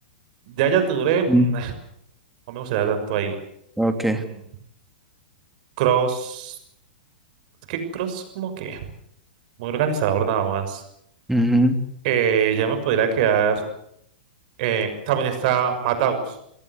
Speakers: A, on the right; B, in the centre.
A: ya ya Touré,
B: Mm.
A: mm, <laughs> no me gustaría tanto ahí,
B: Ok.
A: mm, Cross, es que Cross como que muy organizador nada más,
B: Ujú.
A: eh, ya me podría quedar, eh, también está Mataus,